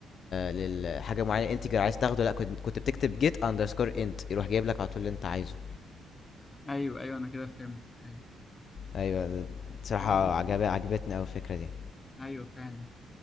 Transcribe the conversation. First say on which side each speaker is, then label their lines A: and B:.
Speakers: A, on the left; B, on the left.
A: للحاجه معينه انتجر عايز تاخده لا كنت كنت بتكتب جيت اندرسكور انت يروح جايب لك على طول اللي انت عايزه
B: ايوه ايوه انا كده فهمت ايوه
A: ايوه بصراحه
B: اه بس
A: عجبا عجبتني قوي الفكره دي
B: ايوه فعلا